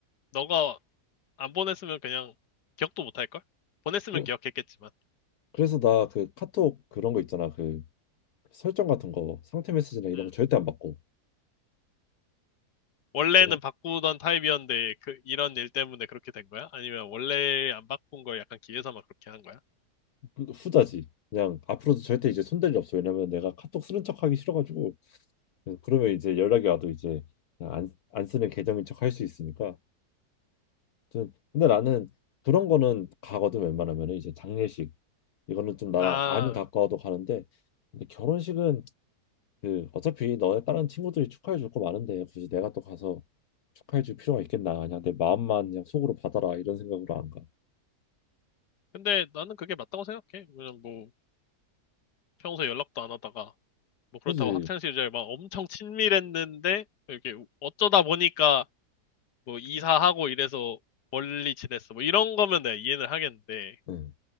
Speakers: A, on the left; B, on the left.
A: 너가 안 보냈으면 그냥 기억도 못 할걸? 보냈으면
B: 그래,
A: 기억했겠지만.
B: 그래서 나 그 카톡 그런 거 있잖아. 그 설정 같은 거 상태 메시지나 이런
A: 응.
B: 거 절대 안 받고
A: 원래는
B: 그냥
A: 바꾸던 타입이었는데 그 이런 일 때문에 그렇게 된 거야? 아니면 원래 안 바꾼 걸 약간 기회삼아 그렇게 한 거야?
B: 그 후자지. 그냥 앞으로도 절대 이제 손댈 일 없어. 왜냐면 내가 카톡 쓰는 척 하기 싫어가지고 그러면 이제 연락이 와도 이제 그냥 안, 안 쓰는 계정인 척 할 수 있으니까. 아무튼 근데 나는 그런 거는 가거든 웬만하면 이제 장례식 이거는 좀 나랑
A: 아,
B: 안 가까워도 가는데 근데 결혼식은 그 어차피 너의 다른 친구들이 축하해 줄 거 많은데 굳이 내가 또 가서 축하해 줄 필요가 있겠나 그냥 내 마음만 그냥 속으로 받아라 이런 생각으로 안 가.
A: 근데 나는 그게 맞다고 생각해. 왜냐면 뭐 평소에 연락도 안 하다가 뭐 그렇다고
B: 그지?
A: 학창 시절에 막 엄청 친밀했는데 이렇게 어쩌다 보니까 뭐 이사하고 이래서 멀리 지냈어. 뭐 이런 거면 내가 이해는 하겠는데
B: 응.